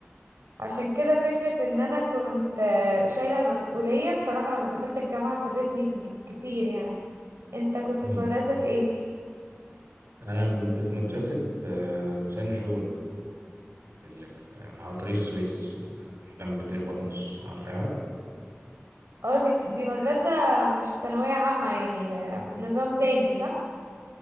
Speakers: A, on the right (about 85°); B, on the right (about 65°).
A: عشان كده فكرة ان انا كنت آه، شايلة المسؤولية بصراحة لما دخلت الجامعة فادتني كب- كتير يعني انت كنت
B: مم.
A: في مدرسة ايه؟
B: انا كنت في مدرسه آه، سان جول في اللي في على طريق السويس آه، جنب دير بطمس عارفاها
A: اه دي دي مدرسة مش ثانوية عامة يعني آه، نظام تاني صح؟